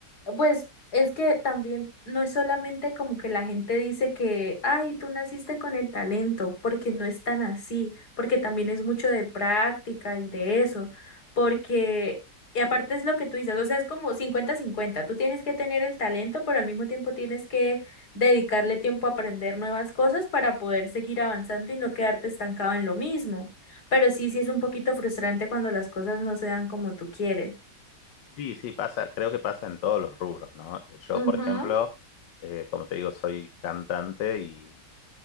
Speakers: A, on the left; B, on the left.
A: pues es que también no es solamente como que la gente dice que, ay, tú naciste con el talento, porque no es tan así, porque también es mucho de práctica y de eso, porque, y aparte es lo que tú dices, o sea, es como cincuenta-cincuenta, tú tienes que tener el talento, pero al mismo tiempo tienes que dedicarle tiempo a aprender nuevas cosas para poder seguir avanzando y no quedarte estancado en lo mismo. Pero sí, sí es un poquito frustrante cuando las cosas no se dan como tú quieres.
B: Sí, sí, pasa, creo que pasa en todos los rubros, ¿no? Yo,
A: Ujú,
B: por ejemplo, eh, como te digo, soy cantante y,